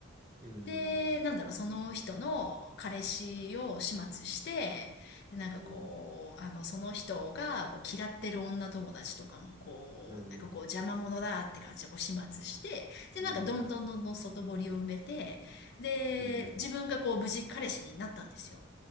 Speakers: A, on the right; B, on the left.
A: うんうん
B: で、なんだろう、その人の彼氏を始末して、で、なんかこう、
A: うんいい
B: あの、その人がこう嫌ってる女友達とかもこう、
A: うんうん
B: なんかこう邪魔者だって感じでこう始末して、で、
A: いいね
B: なんかどんどんどんどん外堀を埋めて、で、
A: うん
B: 自分がこう無事彼氏になったんですよ。